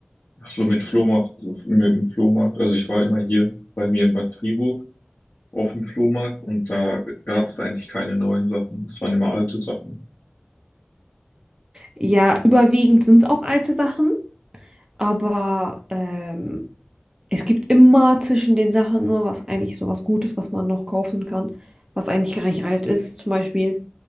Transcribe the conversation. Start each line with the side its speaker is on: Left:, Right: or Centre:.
Left: Ach so, mit Flohmarkt, mit dem Flohmarkt. Also ich war immer hier bei mir in Bad Triburg auf dem Flohmarkt und da gab's eigentlich keine neuen Sachen. Es waren immer alte Sachen.
Right: Ja, überwiegend sind es auch alte Sachen, aber ähm, es gibt immer zwischen den Sachen nur was eigentlich so was Gutes, was man noch kaufen kann, was eigentlich gar nicht alt ist. Zum Beispiel,